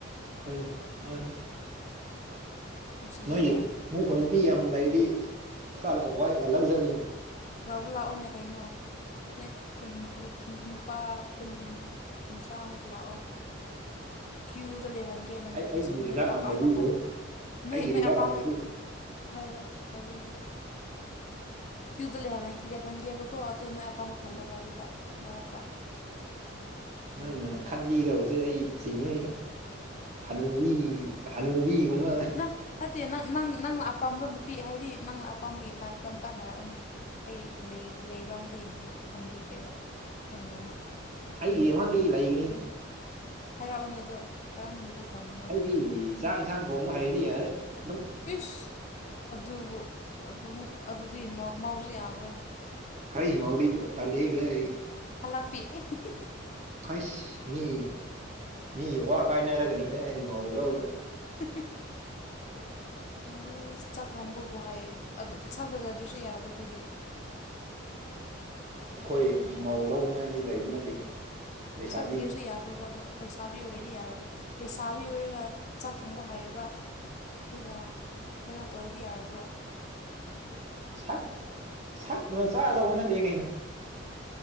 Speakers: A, on the right; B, on the left.
A: ꯍꯣꯏ ꯃꯥꯅꯤ
B: ꯅꯨꯡꯁꯤꯌꯦꯍꯦ
A: ꯅꯣꯏꯌꯨ ꯅꯣꯢ ꯈꯨꯟ ꯅꯨꯄꯤ ꯌꯥꯝ ꯂꯩꯔꯗꯤ ꯈꯔ ꯂꯧ ꯋꯥꯏ ꯂꯧꯖꯒꯦꯅꯦ
B: ꯂꯧꯕ ꯂꯥꯛꯑꯣꯅꯦ ꯀꯩꯅꯣ
A: ꯎꯝ
B: ꯅꯣꯏ ꯈꯨꯟ ꯂꯨꯞ ꯎꯝ ꯅꯨꯄꯥ ꯀꯨꯟ ꯀꯨꯟꯊ꯭ꯔꯥꯃꯨꯛ ꯂꯥꯛꯑꯣ ꯀ꯭ꯌꯨꯗ ꯂꯩꯍꯟꯒꯦꯅ ꯅꯪ
A: ꯑꯩ
B: ꯅꯨꯄꯤꯁꯤꯡ
A: ꯑꯩꯒꯤ
B: ꯅꯣꯏ
A: ꯔꯤꯖꯥꯕ
B: ꯑꯄꯥꯝꯕ
A: ꯍꯥꯟꯅ ꯇꯧꯕꯤꯈꯣ
B: ꯈꯜꯂꯣ ꯅꯣꯏ
A: ꯑꯩꯒꯤ
B: ꯅꯣꯏ
A: ꯔꯤꯖꯥꯕ
B: ꯑꯄꯥꯝꯕ
A: ꯍꯥꯟꯅ ꯇꯧꯕꯤꯈꯣ
B: ꯍꯣꯏ ꯍꯣꯏ ꯇꯧꯕꯤꯒꯦ ꯀ꯭ꯌꯨꯗ ꯂꯦꯞꯍꯟ ꯂꯦꯞꯍꯟꯒꯦꯕꯀꯣ ꯑꯗꯨ ꯅꯣꯏ ꯑꯄꯥꯝꯕ
A: ꯎꯝ
B: ꯈꯜꯂꯣꯕꯥ ꯑꯗꯨꯗ ꯃꯔꯛꯇ
A: ꯅꯪꯅ ꯈꯟꯕꯤꯗꯕꯁꯦ ꯑꯩ ꯆꯤꯡꯅꯩꯗ ꯍꯅꯨꯕꯤꯅꯤꯅꯤꯅꯦ ꯍꯅꯨꯕꯤꯒꯨꯝꯕ
B: ꯅꯪ ꯅꯠꯇꯦ ꯅꯪ ꯅꯪ ꯅꯪꯅ ꯑꯄꯥꯝꯕ ꯅꯨꯄꯤ ꯍꯥꯏꯗꯤ ꯅꯪꯅ ꯑꯄꯥꯝꯕꯒꯤ ꯇꯥꯏꯞꯇ ꯑꯝꯇ ꯍꯥꯏꯔꯛꯑꯣꯅꯦ ꯑꯩ ꯂꯩ ꯂꯩꯕ꯭ꯔꯥ ꯑꯝꯇ ꯌꯦꯡꯒꯦ ꯈꯟꯕꯤꯒꯦꯕ ꯅꯪꯒꯤꯗꯃꯛ
A: ꯑꯩ ꯗꯃꯛꯇꯤ ꯂꯩꯒꯅꯤꯗ
B: ꯍꯥꯏꯔꯛꯑꯣꯅꯦ ꯑꯗꯣ ꯀꯔꯝꯕ ꯅꯨꯄꯤ ꯄꯥꯝꯕꯅꯣ
A: ꯑꯩꯗꯤ ꯆꯥꯛ ꯏꯟꯁꯥꯡ ꯊꯣꯡꯕ ꯍꯩꯔꯗꯤ ꯌꯥꯔꯦ ꯑꯗꯨꯝ
B: ꯏꯁ ꯑꯗꯨꯕꯨ ꯑꯗꯨꯝ ꯑꯗꯨꯗꯤ ꯃꯧ ꯃꯧꯁꯨ ꯌꯥꯕ꯭ꯔꯥ
A: ꯍꯩꯁ ꯃꯧꯗꯤ ꯇꯜꯂꯤꯍꯦ ꯀꯗꯥꯢꯗꯒꯤ
B: ꯍꯥꯜꯂꯛꯄꯤ ꯑꯦ ꯍꯦ ꯍꯦ
A: ꯍꯥꯢꯁ ꯃꯤ ꯃꯤ ꯋꯥ ꯀꯥꯏꯅꯔꯒꯅꯤꯗ ꯍꯥꯏꯗꯤ ꯃꯧ ꯂꯧꯔꯗꯤ
B: <unintelligible> ꯑꯦ ꯆꯥꯛ ꯊꯣꯡꯕꯕꯨ ꯍꯥꯏꯌꯦ ꯑꯗꯨ ꯆꯥꯛ ꯐꯖꯗ꯭ꯔꯁꯨ ꯌꯥꯕ꯭ꯔꯥ ꯑꯗꯨꯗꯤ
A: ꯑꯩꯈꯣꯏ ꯃꯧ ꯂꯧꯅꯤꯡꯉꯥꯏꯗꯤ ꯂꯩꯕ ꯅꯠꯇꯦꯍꯦ ꯂꯩꯁꯥꯕꯤ
B: ꯁꯛ ꯊꯤꯔꯁꯨ ꯌꯥꯕ꯭ꯔꯣꯕ ꯑꯗꯣ ꯂꯩꯁꯥꯕꯤ ꯑꯣꯏꯔꯗꯤ ꯌꯥꯔꯕꯣ ꯂꯩꯁꯥꯕꯤ ꯑꯣꯏꯔꯒ ꯆꯥꯛ ꯊꯣꯡꯕ ꯍꯥꯏꯌꯦꯕ ꯑꯗꯨꯒ ꯀꯩꯅꯣ ꯇꯧꯔꯗꯤ ꯌꯥꯔꯕ꯭ꯔꯣ
A: ꯁꯛ ꯁꯛꯅ ꯆꯥꯒꯗꯧꯕ ꯅꯠꯇꯦ ꯀꯩꯅꯣ